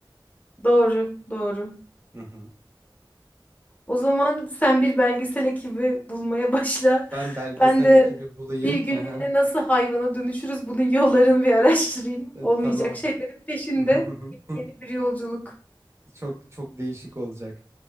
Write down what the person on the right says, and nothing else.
Hı hı.
Ben belgesel
ekibi bulayım.
Hı hı.
E,
tamam.
<laughs>
Çok çok değişik olacak.